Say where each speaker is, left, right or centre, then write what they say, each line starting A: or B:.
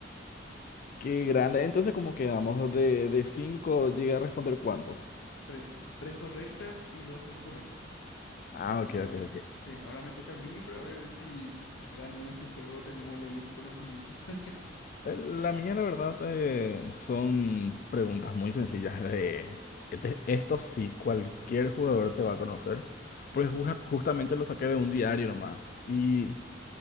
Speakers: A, on the left; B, on the left.
A: Qué grande. Entonces, ¿cómo quedamos? De, de 5 llega a responder cuánto.
B: Tres. Tres correctas y dos incorrectas.
A: Ah, ok,
B: Ahora,
A: ok, ok.
B: sí, ahora me toca a mí para ver si gano en este juego. Tenemos lo mismo conocimiento. <laughs>
A: Eh, La mía, la verdad, eh, son preguntas muy sencillas de... este- esto sí, cualquier jugador te va a conocer, porque ju- justamente lo saqué de un diario nomás. Y